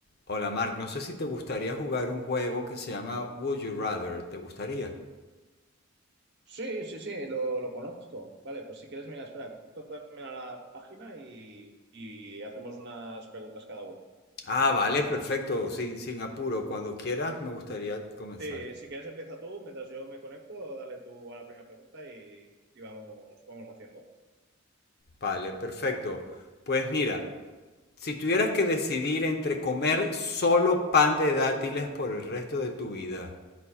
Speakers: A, on the left; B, on the right.
A: Hola Mark, no sé si te gustaría jugar un juego que se llama Would You Rather. ¿Te gustaría?
B: Sí, sí, sí, lo, lo conozco. Vale, pues si quieres, mira, espera, que esto también a la página y, y hacemos unas preguntas cada uno.
A: Ah, vale, perfecto. Sí, sin apuro. Cuando quieras, me gustaría comenzar.
B: Sí, si quieres, empieza tú, mientras yo me conecto, dale tú a la primera pregunta y, y vamos, vamos haciendo.
A: Vale, perfecto. Pues mira, si tuvieras que decidir entre comer solo pan de dátiles por el resto de tu vida